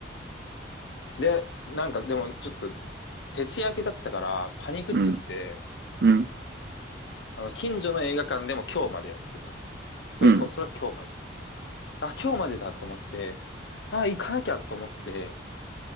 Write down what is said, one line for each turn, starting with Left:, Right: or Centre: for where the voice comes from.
Left: で、なんかでもちょっと徹夜明けだったからパニクっちゃって、
Right: うん、うん、
Left: あの、近所の映画館でも今日までやってたの。それ、
Right: うん、
Left: こそれは今日まで。あ、今日までだと思って、あ、行かなきゃと思って、